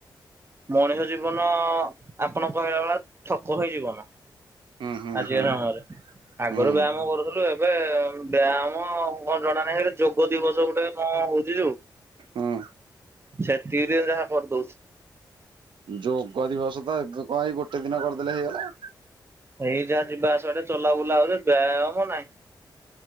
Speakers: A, on the right; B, on the right.
A: ମଣିଷ ଜୀବନ ଆପଣ କହିଲା ଭଳିଆ ଥକ ହେଇ ଜୀବନ।
B: ହୁଁ ହୁଁ
A: ଆଜି
B: ହୁଁ
A: ହଁ ରେ ଆଗରୁ
B: ହୁଁ
A: ବ୍ୟାୟାମ କରୁଥିଲୁ ଏବେ ବ୍ୟାୟାମ କଣ ଜଣା ନାହିଁ ହେ ଯୋଗ ଦିବସ ଗୋଟେ କ ହଉ ଚି ଯୋଉ
B: ହୁଁ।
A: ସେତିକିରେ ଯାହା କରିଦଉଚି।
B: ଯୋଗ ଦିବସ ତ ଏବେ କଣ ଏଇ ଗୋଟେ ଦିନ କରିଦେଲେ ହେଇଗଲା
A: ଏଇ ଯାହା ଯିବା ଆସିବାଟା ଚଲାବୁଲା ହଉ ବ୍ୟାୟାମ ନାହିଁ।